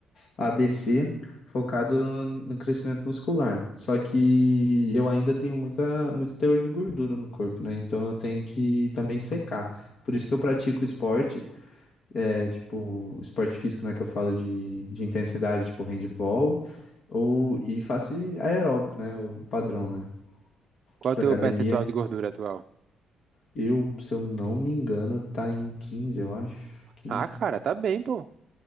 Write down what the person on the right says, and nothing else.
Qual é
o teu
percentual de gordura atual?
Ah, cara, tá bem, pô.